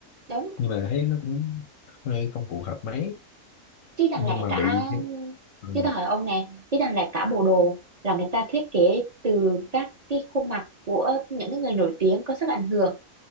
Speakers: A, on the right (about 40°); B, on the left (about 75°).
A: đúng
B: nhưng mà thấy nó cũng hơi không phù hợp mấy
A: chứ chẳng
B: nhưng
A: lẽ
B: mà
A: cả
B: bị ừ,
A: chứ tôi hỏi ông nè chứ chẳng lẽ cả bộ đồ là người ta thiết kế từ các cái khuôn mặt của những cái người nổi tiếng có sức ảnh hưởng